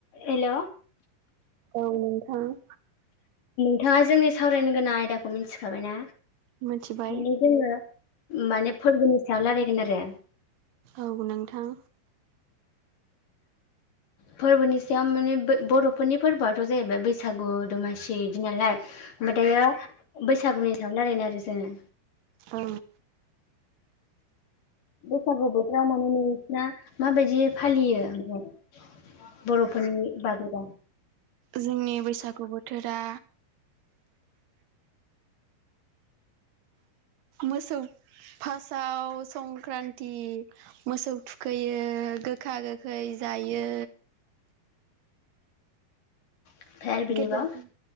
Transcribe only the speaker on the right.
औ नोंथां।
मिथिबाय
औ नोंथां।
औ
जोंनि बैसागु बोथोरा मोसौ फार्स्टआव संख्रान्ति मोसौ थुखैयो गोखा गोखै जायो।
गिदिरफोर